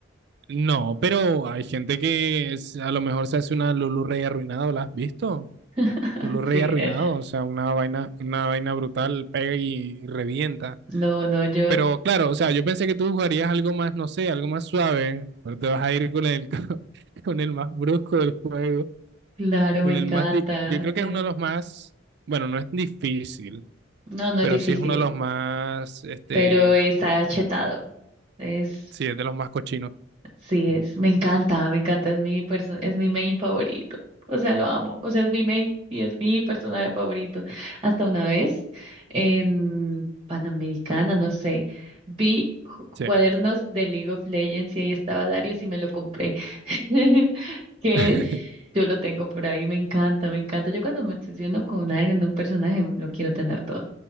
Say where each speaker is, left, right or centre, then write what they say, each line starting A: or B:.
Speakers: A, on the right (about 60°); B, on the right (about 30°).
A: no, pero hay gente que es- a lo mejor se hace una Lulu Rey arruinada, ¿la has visto?
B: <laughs>
A: blu rey
B: Sí,
A: arruinado,
B: eh,
A: o sea, una vaina, una vaina brutal, pega y revienta.
B: No, no, yo,
A: Pero claro, o sea, yo pensé que tú jugarías algo más, no sé, algo más suave, pero te vas a ir con el, <laughs> con el más brusco del juego,
B: claro,
A: con
B: me encanta.
A: el más, di- yo creo que
B: eh,
A: es uno de los más, bueno, no es difícil,
B: No, no
A: pero
B: es difícil.
A: sí es uno de los más, este,
B: pero está chetado. Es,
A: sí, es de los más cochinos,
B: sí es, me encanta, me encanta, es mi perso- es mi main favorito. O sea, lo amo. O sea, es mi main y es mi personaje favorito. Hasta una vez en Panamericana, no sé, vi ju-
A: sí.
B: cuadernos de League of Legends y ahí estaba Darius y me lo compré. <laughs> ¿Qué
A: <laughs>
B: es? Yo lo tengo por ahí, me encanta, me encanta. Yo cuando me obsesiono con alguien en un personaje, lo quiero tener todo.